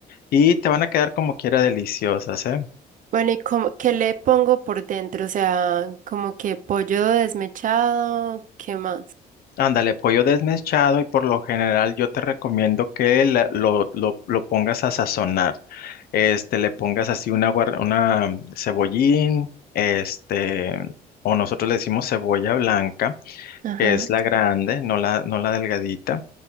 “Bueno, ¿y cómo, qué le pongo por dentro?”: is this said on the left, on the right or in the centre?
Right